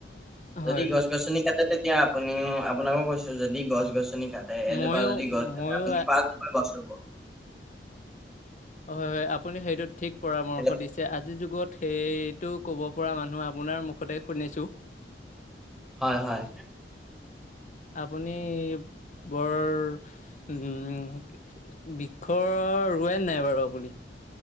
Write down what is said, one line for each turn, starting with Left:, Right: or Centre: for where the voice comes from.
Centre: যদি
Left: হয়
Centre: গছ-গছনি
Left: হয়
Centre: কাটে, তেতিয়া আপুনিও আপোনাকো কৈছো যদি গছ-গছনি কাটে, এজোপা
Left: ময়ো
Centre: যদি গছ কাটে,
Left: ময়ো
Centre: আপুনি পাঁচজোপা গছ ৰুব।
Left: হয়, হয়, আপুনি সেইটো ঠিক পৰামৰ্শ
Centre: হেল্ল'
Left: দিছে। এতিয়া আজিৰ যুগত সেইটো ক'ব পৰা মানুহ আপোনাৰ মুখতে শুনিছোঁ।
Centre: হয়, হয়।
Left: আপুনি বৰ উ বৃক্ষ ৰোৱে নে নাই বাৰু আপুনি?